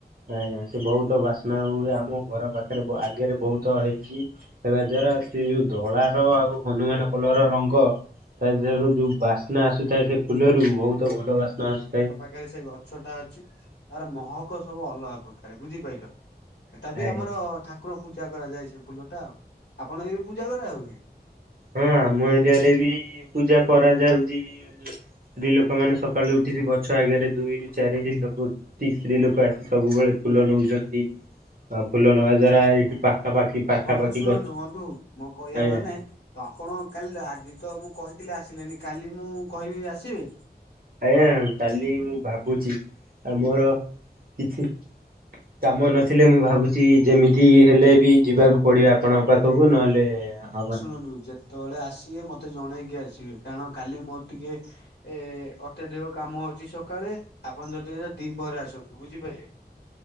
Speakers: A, on the right; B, on the left.
A: ଆଜ୍ଞା ସେ ବହୁତ ବାସ୍ନା ହୁଏ ଆମ ଘର ପାଖରେ ଆଗରେ ବହୁତ ହେଇଛି। ହେବା ଦ୍ଵାରା ସେ ଯୋଉ ଧଳା ର ଆଉ ହନୁମାନ କଲର ର ରଙ୍ଗ ତାଧିଅରୁ ଯୋଉ ବାସ୍ନା ଆସୁଥାଏ ସେ ଫୁଲରୁ ବହୁତ ଭଲ ବାସ୍ନା ଆସୁଥାଏ।
B: ଆଗେରେ ସେ ଗଛ ଟା ଅଛି ତାର ମହକ ସବୁ ଅଲଗା ପ୍ରକାର ବୁଝି ପାଇଲ ସେଟା ବି
A: ଆଜ୍ଞା
B: ଆମର ଠାକ ଠାକୁର ପୂଜା କରାଯାଏ ସେ ଫୁଲଟା ଆଉ ଆପଣ ବି ପୂଜା କରାହେଉଚି?
A: ହଁ ଆମ ଏରିଆରେ ବି ପୂଜା କରାଯାଉଚି। ସ୍ତ୍ରୀ ଲୋକମାନେ ସକାଳୁ ଉଠିକି ଗଛ ଆଗରେ ଦୁଇରୁ ଚାରିଟି ଲୋକ ସ୍ତ୍ରୀ ଲୋକ ଆସି ସବୁବେଳେ ଫୁଲ ନଉଛନ୍ତି ଆ ଫୁଲ ନବା ଦ୍ଵାରା
B: ଓହୋ
A: ଏଇଠି ପାଖାପାଖି
B: ଆଉ
A: ପାଖାପାଖି
B: ବନ୍ଧୁ ଶୁଣନ୍ତୁ
A: ଗ
B: ବନ୍ଧୁ ମୋ କହିବା
A: ଆଜ୍ଞା
B: ମାନେ ତ ଆପଣ କାଲି ଆଜି ତ ମୁଁ କହିଥିଲି ଆସିଲେନି, କାଲି ମୁଁ କହିବି ଆସିବେ?
A: ଆଜ୍ଞା କାଲି ମୁଁ ଭାବୁଛି ଆଉ ମୋର କିଛି କାମ ନଥିଲେ ମୁଁ ଭାବୁଛି ଯେମିତି ହେଲେ ବି
B: ଅ
A: ଯିବାକୁ ପଡିବ ଆପଣଙ୍କ ପାଖକୁ ନହେଲେ ହବନି।
B: ଖନ୍ତୁ ଯେ ତବେଳେ ଆସିବେ ମୋତେ ଜଣେଇକି ଆସିବେ କାରଣ କାଲି ମୋର ଟିକେ ଏ ଅତ୍ୟଧିକ କାମ ଅଛି ସକାଳେ ଆପଣ ଯଦି ହବ ଦି ପହରେ ଆସନ୍ତୁ ବୁଝିପାରିଲେ?